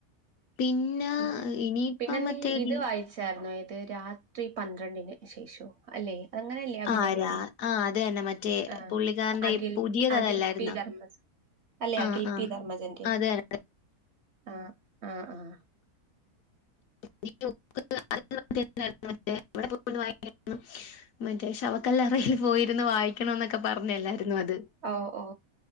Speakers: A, on the left; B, on the right.
A: പിന്നെ
B: പിന്നെ
A: ഇനിയിപ്പം
B: പിന്നെ
A: മറ്റേ
B: നീ ഇത്
A: ഡി
B: വായി ച്ചാര്ന്നേ ഏത് രാത്രി പന്ത്രണ്ടിന് ശേഷോ അല്ലേ അങ്ങനെയല്ലേ അതിന്റെ
A: ആ
B: പേരി
A: രാ ആ അത് തന്നെ മറ്റേ
B: ആഹ്
A: പുള്ളിക്കാരന്റെ
B: അഖിൽ
A: ഈ പുതിയത്
B: അഖിൽ
A: അതല്ലായിരുന്നോ?
B: പി ധർമ്മസ് അല്ലെ
A: ആ
B: അഖിൽ
A: ആ
B: പി ധർമ്മജന്റെ
A: അത് തന്നെ.
B: ആഹ് ആഹ് ആഹ്
A: <unintelligible> മറ്റേ ശവക്കല്ലറയിൽ പോയിരുന്നു വായിക്കണം എന്നൊക്കെ പറഞ്ഞല്ലായിരുന്നോ അത്
B: ഓ ഓ